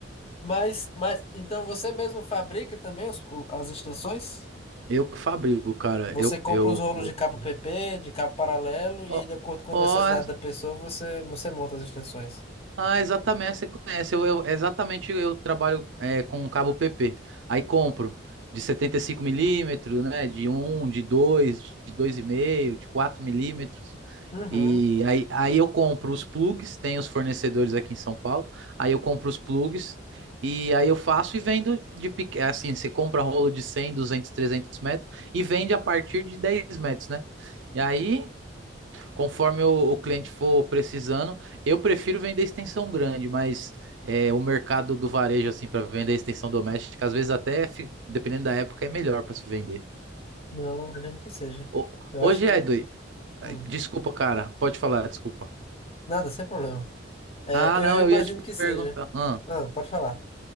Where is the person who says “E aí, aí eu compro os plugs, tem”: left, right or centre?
Right